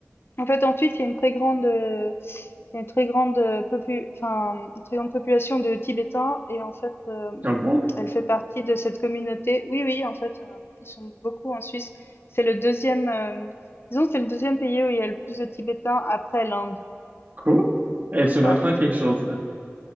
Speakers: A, on the left (about 55°); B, on the right (about 35°).
A: En fait, en Suisse, il y a une très grande, euh, il y a une très grande euh, popu- enfin, une très grande population de Tibétains et en fait, euh,
B: Ah bon?
A: elle fait partie de cette communauté. Oui, oui, en fait, euh, ils sont beaucoup en Suisse. C'est le deuxième, euh, disons, que c'est le deuxième pays où il y a le plus de Tibétains après l'Inde.
B: Cool. Et tu m'apprends
A: Euh,
B: quelque chose. là.